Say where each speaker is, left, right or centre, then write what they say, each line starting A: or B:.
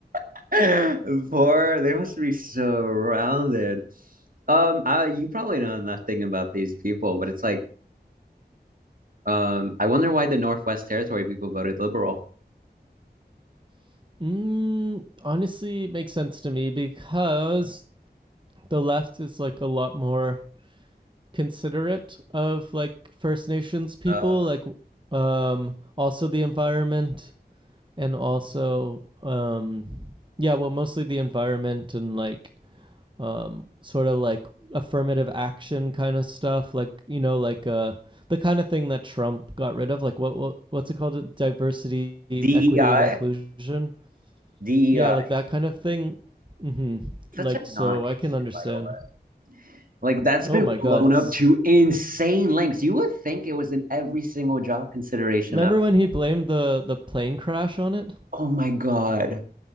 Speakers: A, on the right; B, on the right.
A: <gasps> <laughs> Poor, they must be surrounded. Um, I, you probably know nothing about these people, but it's like, um, I wonder why the Northwest Territory people voted liberal.
B: <laughs> mm, honestly it makes sense to me because the left is like a lot more considerate of like first nations people
A: Uh,
B: like um also the environment and also um yeah well mostly the environment and like um, sort of like affirmative action kind of stuff, like you know, like uh, the kind of thing that Trump got rid of. Like what, what what's it called? Diversity,
A: DEI,
B: equity, and inclusion.
A: DEI,
B: Yeah, like that kind of thing. Mm-hmm.
A: such
B: Like
A: a
B: so,
A: non-issue,
B: I can understand.
A: by the way. Like that's
B: Oh
A: been
B: my
A: blown
B: God, it's
A: up to insane lengths. You would think it was in every single job consideration
B: remember
A: ever.
B: when he blamed the the plane crash on it?
A: Oh my God.